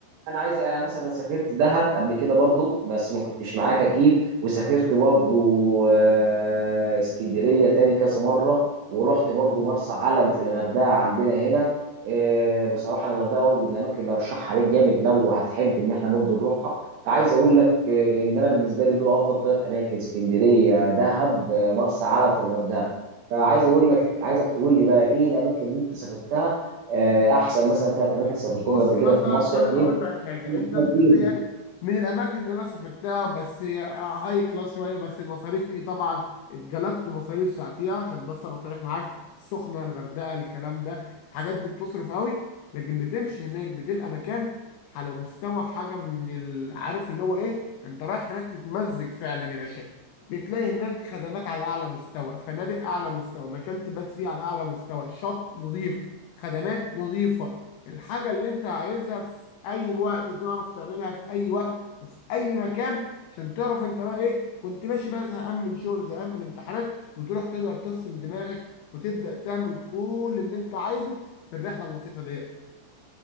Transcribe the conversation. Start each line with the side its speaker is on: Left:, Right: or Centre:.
Right: انا عايز انا مثلا سافرت دهب قبل كده برضو بس ما كنتش معاك اكيد وسافرت برضو آه، اسكندريه تاني كذا مره ورحت برضو مرسى علم في الغردقه عندنا هنا آه، بصراحه الغردقه برضو من الاماكن اللي ارشحها ليك جامد لو هتحب ان احنا برضو نروحها فعايز اقول لك آه، ان انا بالنسبه لي دول افضل ثلاث اماكن اسكندريه دهب آه، مرسى علم في الغردقه فعايز اقول لك عايزك تقول لي بقى ايه الاماكن اللي انت سافرتها آه، احسن مثلا ثلاث اماكن سافرتهم
Left: بص
Right: قبل
Left: مثلا
Right: كده في المصيف
Left: انا
Right: يمكن
Left: هقول لك حاجه
Right: في
Left: انت
Right: حاجة
Left: ب-
Right: جديدة.
Left: ب- يعني من الاماكن اللي انا سافرتها بس هي هاي كلاس شويه بس المصاريف ايه طبعا اتجلدت مصاريف ساعتيها عشان بس ابقى صريح معاك السخنه الغردقه الكلام ده الحاجات دي بتصرف قوي لكن بتمشي هناك بتلقى مكان على مستوى حاجه من ال- عارف اللي هو ايه انت رايح هناك تتمزج فعلا يا باشا بتلاقي هناك خدمات على اعلى مستوى فنادق اعلى مستوى مكان تبات فيه على اعلى مستوى شط نظيف خدمات نظيفه الحاجة اللي انت عايزها في اي وقت تعرف تعملها في اي وقت وفي اي مكان عشان تعرف انت بقى ايه كنت ماشي بقى زهقان من شغل زهقان من الامتحانات وتروح تقدر تفصل دماغك وتبدأ تعمل كل اللي انت عايزه في الرحلة اللطيفة ديت.